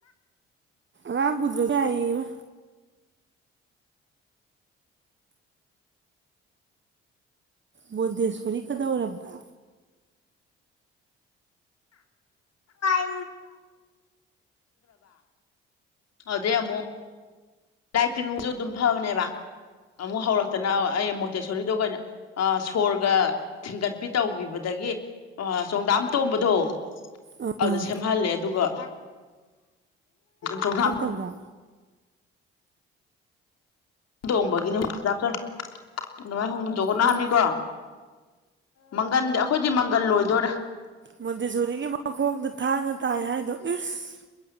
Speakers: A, on the right; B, on the left.
A: ꯔꯝꯀꯨꯗꯔ ꯆꯏꯕ ꯃꯣꯟꯗꯦꯁꯣꯔꯤ ꯀꯗꯧꯔꯕ
B: ꯕ ꯑꯗꯨꯦꯃꯣ ꯂꯥꯏ ꯇꯤꯟꯅꯨꯡꯁꯨ ꯑꯗꯨꯝ ꯐꯕꯅꯦꯕ ꯑꯃꯨꯛ ꯍꯧꯔꯛꯇꯅ ꯑꯩ ꯃꯣꯇꯦꯁꯣꯔꯤꯗꯣ ꯑꯩꯈꯩꯅꯣ ꯁꯣꯔꯒ ꯊꯤꯡꯒꯠꯄꯤ ꯇꯧꯈꯤꯕꯗ ꯑꯗꯒꯤ ꯆꯣꯡꯗꯥꯝ ꯇꯣꯝꯕꯗꯣ
A: ꯑꯥ
B: ꯑꯗꯨꯗ ꯁꯦꯝꯍꯜꯂꯦ ꯑꯗꯨꯒ ꯆꯣꯡꯊꯥꯝ
A: ꯐꯠꯇꯕ꯭ꯔꯥ
B: ꯇꯣꯡꯕꯒꯤꯅꯤꯥꯞꯆꯔ ꯅꯣꯡꯃꯥꯏ ꯍꯨ ꯇꯣꯡꯈ
A: ꯑꯣ
B: ꯝꯅꯤꯀꯣ ꯃꯪꯒꯟꯗꯤ ꯑꯩꯈꯣꯏꯗꯤ ꯃꯪꯒꯜ ꯂꯣꯏꯗꯣꯏꯣꯔꯦ
A: ꯃꯨꯗꯦꯁꯣꯔꯤꯒꯤ ꯃꯈꯣꯡꯗ ꯊꯥꯡꯅ ꯇꯥꯏ ꯍꯥꯏꯗꯣ ꯏꯁ